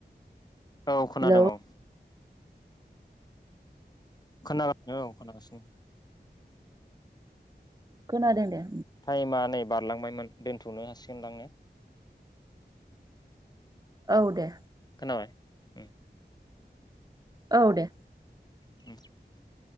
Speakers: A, on the left; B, on the right.
A: औ खोनादों
B: हेलौ
A: औ खोनागासिनो औ खोनागासिनो
B: खोनादों दे
A: टाइमा नै बारलांबायमोन दोनथ'नो हासिगोनदां ने
B: औ दे
A: खोनाबाय उम
B: औ दे
A: ओम